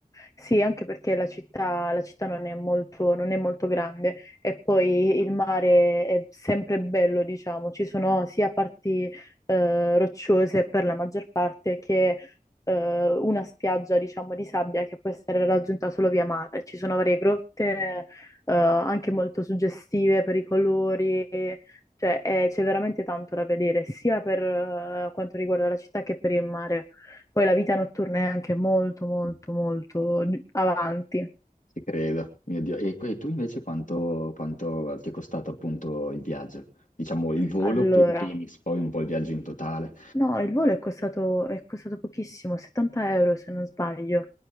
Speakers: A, on the left; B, on the left.
A: Sì, anche perché la città, la città non è molto, non è molto grande e poi il mare è sempre bello, diciamo, ci sono sia parti eh, rocciose per la maggior parte che eh, una spiaggia, diciamo, di sabbia che può essere raggiunta solo via mare. Ci sono varie grotte eh, anche molto suggestive per i colori, cioè eh, c'è veramente tanto da vedere, sia per eh, quanto riguarda la città che per il mare. Poi la vita notturna è anche molto, molto,
B: <laughs>
A: molto d- avanti.
B: Ci credo, mio Dio. E, e tu invece quanto, quanto ti è costato appunto il viaggio? Diciamo il volo
A: Allora,
B: per i primis, poi un po' il viaggio in totale.
A: no, il volo è costato, è costato pochissimo, 70 euro se non sbaglio.